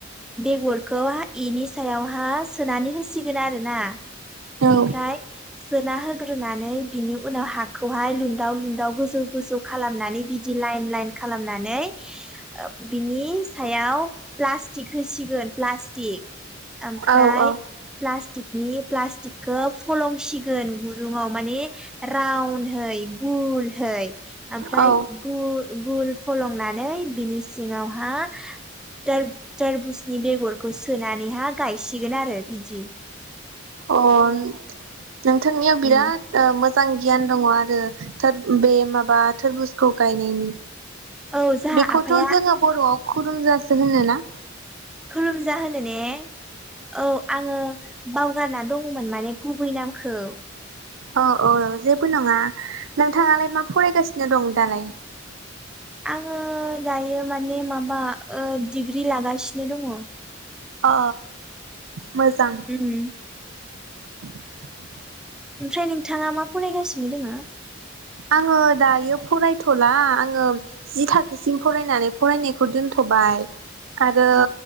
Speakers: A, in the centre; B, on the right.
A: बेगरखौ इनि सायावहा सोनानै होसिगोन आरोना
B: औ
A: ओमफ्राय सोना होग्रोनानै बिनि उनाव हाखौहाय लु दाउ लुनदाव गोजौ गोजौ खालामनानै बिदि लाइन लाइन खालामनानै ओ बिनि सायाव प्लास्टिक होसिगोन प्लास्टिक ओमफ्राय
B: औ औ
A: प्लास्टिक नि प्लास्टिकखौ फलंसिगोन गुरुंङाव माने राउन्है गुलहै ओमफ्राय
B: औ
A: गु गुल फलंनानै नै बिनि सिङावहा तो तोरबुजनि बेगरखौ सोनानैहा गायसिगोन आरो बिदि
B: अहन नोंथांनियाव बिराद
A: उम
B: ओ मोजां गियान दङ आरो थोर बे माबा थोरबुजखौ गायनायनि
A: औ जाहा
B: बेखौथ
A: आफाया
B: जोङो बर'आव खुुरुम जासो होनोना
A: खलुम जा होनो ने औ आङो बावगारना दं दंमोन माने गुबै नामखौ
B: औ औ जेबो नङा नोंथाङालाय मा फरायगासिनो दं दालाय
A: आङो दायो माने माबा ओ डिग्रि लागासिनो दङ
B: अ मोजां
A: उम
B: <unintelligible>
A: ओमफ्राय नोंथाङा मा फरायगासिनो दोङो
B: आङो दायो फरायथ'ला आङो जि थाखोसिम फरायनानै फरायनायखौ दोनथ'बाय आरो
A: अ